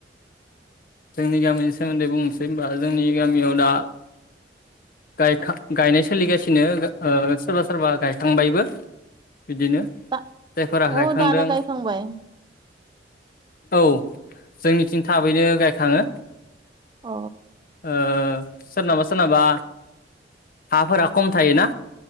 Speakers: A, on the left; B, on the right.
A: जोंनि गामिनि सोमोन्दै बुंनोसै होनबा जोंनि गामियाव दा गायखां गायनाय सोलिगासिनो सोरबा सोरबा गायखांबायबो बिदिनो
B: दा
A: जायफोरा गायखांदों
B: अ दानो गायखांबाय
A: औ जोंनिथिं थाबैनो गायखां खांङो
B: अ
A: ओ सोरनाबा सोरनाबा हाफोरा खम थायो ना